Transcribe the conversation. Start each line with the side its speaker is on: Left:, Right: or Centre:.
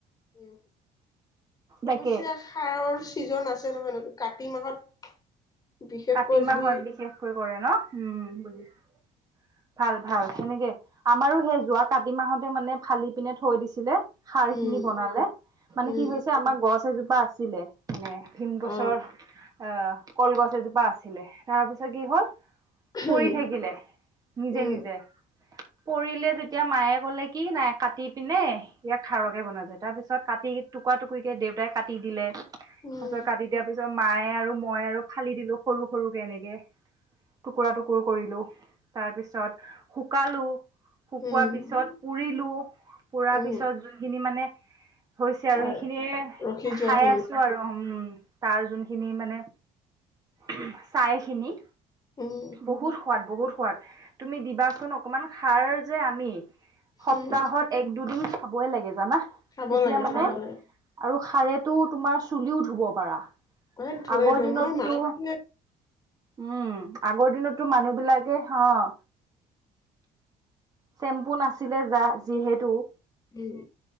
Left: উম, অৱশ্যে
Right: তাকে।
Left: সাৰৰ চিজন আছে নহয় নক কাপ কাতি মাহত বিশেষকৈ
Right: কাতি মাহত
Left: যদি
Right: বিশেষকৈ কৰে ন উম বুজিছো। ভাল-ভাল সেনেকে আমাৰো সেই যোৱা কাতি মাহতে মানে ফালি। পিনে থৈ দিছিলে, সাৰ
Left: উম
Right: খিনি বনালে মানে
Left: উম
Right: কি হৈছে আমাৰ গছ এজোপা আ আছিলে মানে ভীম গছৰ
Left: অ
Right: আহ কলগছ এজোপা আছিলে। তাৰপিছত কি হ'ল
Left: উম
Right: পৰি থাকিলে নিজে
Left: উম
Right: নিজে কৰিলে যেতিয়া মায়ে কলে কি নাই কাটি পিনে ইয়াক খাৰকে বনোৱা যায় তাৰ পিছত কাটি টুু- দেউতাই কাটি দিলে
Left: উম
Right: তাৰ পিছত কাটি দিয়াৰ পিছত মায়ে আৰু মই আৰু ফালি দিলো সৰু-সৰু কে এনেকে টুকুৰা-টুকুৰ কৰিলো। তাৰপিছত শুকালো শুকোৱাৰ
Left: উম
Right: পিছত পুৰিলো পুৰা
Left: উম
Right: পিছত যোনখিনি মানে হৈছে আৰু
Left: তাৰ
Right: সেইখিনিয়ে
Left: ৰখি
Right: খাই
Left: যোৱাখিনি
Right: আছোঁ আৰু উম তাৰ যোনখিনি মানে উমহ ছাই খিনি
Left: উম
Right: বহুত সোৱাদ বহুত সোৱাদ, তুমি দিবাচোন অকমান সাৰ যে আমি সপ্তাহত
Left: উম
Right: এক দুদিন খাবই লাগে জানা
Left: খাব
Right: তেতিয়া
Left: লাগে
Right: মানে
Left: খাব লাগে
Right: আৰু খাৰে টো তোমাৰ চুলিও ধুব পাৰা।
Left: এই ধুৱে
Right: আগৰ
Left: ধুৱে
Right: দিনতটো।
Left: মোৰ মায়ে ধুৱে
Right: উম আগৰ দিনতটো মানুহবিলাকে অহ চেম্পু নাছিলে যা যিহেতু
Left: সেই